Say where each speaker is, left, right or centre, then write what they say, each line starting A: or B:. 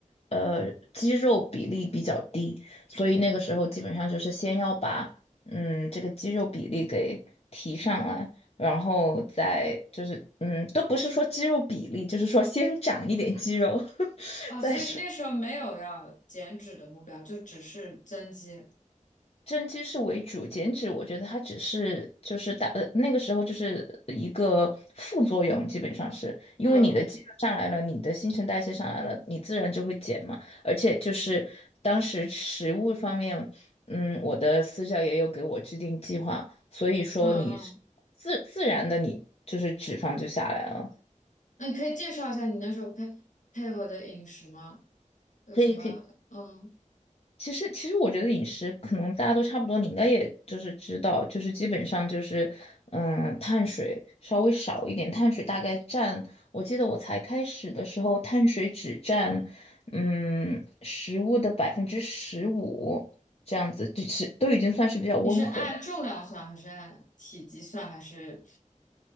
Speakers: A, on the left; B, on the left.
A: 呃肌肉比例比较低，所以那个时候基本上就是先要把嗯这个肌肉比例给提上来，然后再就是嗯都不是说肌肉比例，就是说先长一点肌肉，<laughs>
B: 啊，
A: 再说。
B: 所以那时候没有要减脂的目标，就只是增肌。
A: 增肌是为主，减脂我觉得它只是就是大呃那个时候就是一个副作用，基本上是因为你的肌肉上来了，
B: 嗯
A: 你的新陈代谢上来了，你自然就会减嘛。而且就是当时食物方面，嗯，我的私教也有给我制定计划，所以说你
B: 嗯嗯，
A: 自自然的你就是脂肪就下来了。
B: 那你可以介绍一下你那时候配配合的饮食吗？有什么？
A: 可以可以，
B: 嗯，
A: 其实，其实我觉得饮食可能大家都差不多，你应该也就是知道，就是基本上就是，嗯，碳水稍微少一点，碳水大概占，我记得我才开始的时候，碳水只占，嗯，食物的百分之十五这样子，就是都已经算是比较温和的，
B: 你是按重量算还是按体积算还是？